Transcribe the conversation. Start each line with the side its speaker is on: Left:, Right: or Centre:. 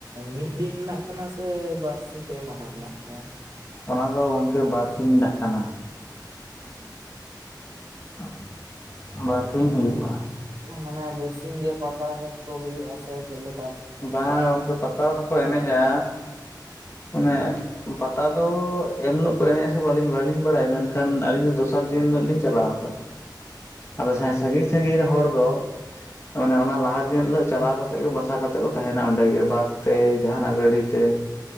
Right: ᱢᱤᱫ ᱫᱤᱱ ᱨᱮᱱᱟᱜ ᱠᱟᱱᱟ ᱥᱮ ᱵᱟᱨ ᱥᱤᱧ ᱯᱮ ᱢᱟᱦᱟ ᱨᱮᱱᱟᱜ ᱠᱟᱱᱟ?
Left: ᱚᱱᱟ ᱫᱚ ᱜᱚᱝᱠᱮ ᱵᱟᱨ ᱥᱤᱧ‌‌ ᱨᱮᱱᱟᱜ ᱠᱟᱱᱟ ᱾
Right: ᱚᱸ ᱟᱪᱪᱷᱟ ᱾
Left: <inaudible> ᱵᱟᱨ ᱥᱤᱧ ᱦᱩᱭᱩᱜᱼᱟ ᱾
Right: ᱚᱱᱟ ᱢᱟᱱᱮ ᱵᱟᱨ ᱥᱤᱧ ᱜᱮ ᱯᱟᱛᱟ ᱮᱱᱮᱡ ᱠᱚ ᱦᱩᱭᱩᱜᱼᱟ ᱥᱮ ᱪᱮᱫ ᱞᱮᱠ
Left: ᱵᱟᱝ-ᱟ ᱜᱚᱝᱠᱮ ᱯᱟᱛᱟ ᱦᱚᱠᱚ ᱮᱱᱮᱡᱟ ᱚᱱᱮ ᱯᱟᱛᱟ ᱫᱚ ᱮᱱᱞᱳᱜ ᱠᱚ ᱮᱱᱮᱡᱼᱟ ᱥᱮ ᱵᱟᱹᱞᱤᱧ ᱵᱟᱲᱟᱭᱼᱟ ᱢᱮᱱᱠᱷᱟᱱ ᱟᱹᱞᱤᱧ ᱫᱚᱥᱟᱨ ᱫᱤᱱ ᱦᱤᱞᱳ ᱞᱤᱧ ᱪᱟᱞᱟᱣ ᱟᱫᱚ
Right: ᱦᱮᱸ
Left: ᱥᱟᱺᱜᱤᱧ
Right: ᱛᱚ
Left: ᱥᱟᱺᱜᱤᱧ ᱨᱮᱱ ᱦᱚᱲ ᱫᱚ ᱢᱟᱱᱮ ᱚᱱᱟ ᱞᱟᱦᱟ ᱩᱱ ᱦᱤᱞᱳᱜ ᱪᱟᱞᱟᱣ ᱠᱟᱛᱮ ᱜᱮ ᱵᱟᱥᱟ ᱠᱟᱛᱮ ᱠᱚ ᱛᱟᱸᱦᱮᱱᱟ ᱚᱸᱰᱮ ᱜᱮ ᱵᱟᱥ ᱛᱮ ᱡᱟᱦᱟᱱᱼᱟᱜ ᱜᱟᱹᱲᱤ ᱛᱮ,